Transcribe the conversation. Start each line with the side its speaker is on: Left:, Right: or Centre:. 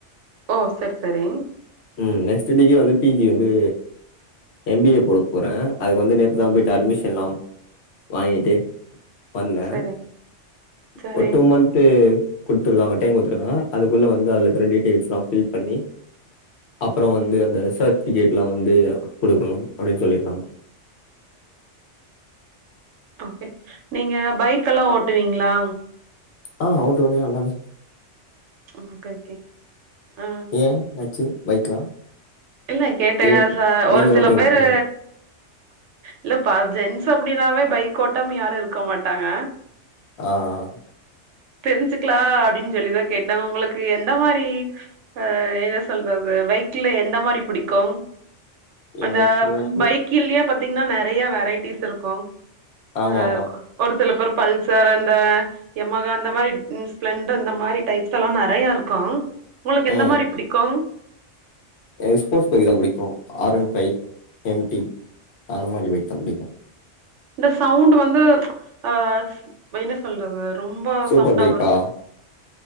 Right: ஓ சரி சரி
Left: ம் நெக்ஸ்ட்டு டிகிரி வந்து பி ஜி வந்து எம் பி ஏ போட போறே அதுக்கு வந்து நேத்துதா போயிட்டு அட்மிஷன்லாம் வாங்கிட்டு வந்தே
Right: சரி, சரிங்.
Left: ஒரு டூ மந்த் டு குட்த்துருக்காங்க டைம் குட்டுத்துருக்காங்க அதுக்குள்ள வந்து அதுல இருக்ற டீட்டெயில்ஸ்லா ஃபில் பண்ணி அப்றோ வந்து அந்த சர்ட்ஃபிகேட்லா வந்து குடுக்கணும் அப்டின் சொல்லிருக்காங்க
Right: ஓகே நீங்க பைக் எல்லா ஓட்டுவீங்ளா
Left: ஆ ஓட்டுவேனே நல்லாவே
Right: ஓகே ஓகே ஆ
Left: ஏ என்னாச்சு பைக்லா
Right: இல்ல கேட்டேங்க
Left: ஏ
Right: ச
Left: நீங்க
Right: ஒரு சில
Left: ஓட்டுவீங்க
Right: பேரு
Left: போலயே
Right: இல்லப்ப ஜென்ஸ் அப்டின்னாவே பைக் ஓட்டாம யாரு இருக்க மாட்டாங்க
Left: ஆ ஆ
Right: தெரிஞ்சுக்லா அப்டின் சொல்லிதா கேட்டே உங்ளுக்கு எந்த மாரி அ என்ன சொல்றது பைக்ல எந்த மாரி புடிக்கும் அந்த
Left: எனக்கு வந்து
Right: பைக் கில்லயா பாத்தீங்ன்னா நெறையா வெரைட்டிஸ் இருக்கு
Left: ஆமா
Right: ஆ
Left: ஆமா
Right: ஒரு சில பேர் பல்சர் அந்த எமகா அந்த மாரி ம் ஸ்பிளெண்டர் இந்த மாரி டைப்ஸ்லா நெறையா இருக்கு உங்களுக்கு
Left: ம்
Right: எந்த மாரி புடிக்கு
Left: எனக்கு ஸ்போர்ட்ஸ் பைக் தா புடிக்கு ஆர் ஒன் ஃபைவ் எம்டி அந்த மாரி பைக் தா புடிக்கு
Right: இந்த சவுண்டு வந்து ஆ என்ன சொல்றது ரொம்ப
Left: சூப்பர்
Right: சவுண்டா
Left: பைக்கா
Right: வருமே